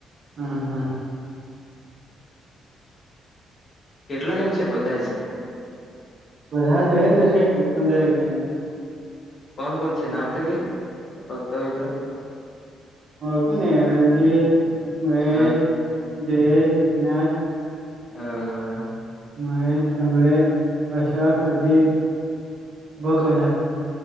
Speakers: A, on the right; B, on the left.
A: હમ્મ હા
B: કેટલા જન છે, બધા જ
A: બધા જોહ દસેક પંદર એક જણ
B: કોણ કોણ છે નામ તો કે <unintelligible> હોય તો
A: ઓળખો ને રંણજીત, મહેશ,
B: હ
A: જયેશ, એકનાથ,
B: હા
A: મહેશ, કમલેશ, અશોક, અજીત, બો
B: હ
A: બધા